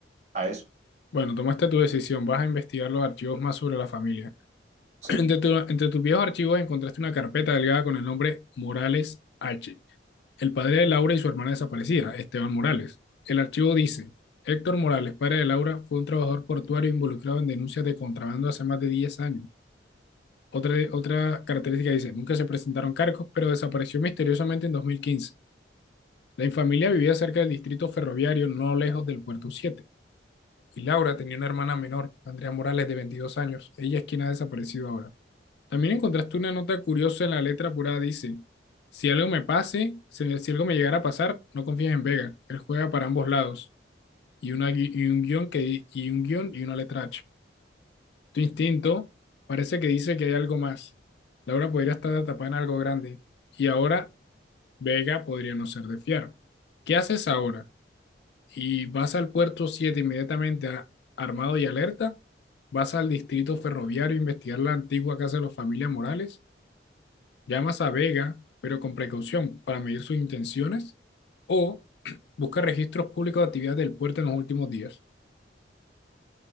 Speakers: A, on the right; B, on the left.
A: a eso.
B: bueno, tomaste tu decisión. Vas a investigar los archivos más sobre la familia. <clears throat>
A: Sí.
B: Entre, tu- entre tus viejos archivos encontraste una carpeta delgada con el nombre Morales H. El padre de Laura y su hermana desaparecida, Esteban Morales. El archivo dice, Héctor Morales, padre de Laura, fue un trabajador portuario involucrado en denuncias de contrabando hace más de 10 años. Otra, otra característica dice, nunca se presentaron cargos, pero desapareció misteriosamente en 2015. La infamilia vivía cerca del distrito ferroviario, no lejos del puerto 7. Y Laura tenía una hermana menor, Andrea Morales, de 22 años. Ella es quien ha desaparecido ahora. También encontraste una nota curiosa en la letra apurada. Dice, si algo me pase, si, si algo me llegara a pasar, no confíes en Vega. Él juega para ambos lados. Y, una, gui- y un guión que, di- y un guión y una letra H. Tu instinto parece que dice que hay algo más. Laura podría estar atrapada en algo grande. Y ahora Vega podría no ser de fiar. ¿Qué haces ahora? ¿Y vas al puerto 7 inmediatamente a- armado y alerta? ¿Vas al distrito ferroviario a investigar la antigua casa de los familia Morales? Llamas a Vega, pero con precaución para medir sus intenciones o <clears throat> busca registros públicos de actividades del puerto en los últimos días.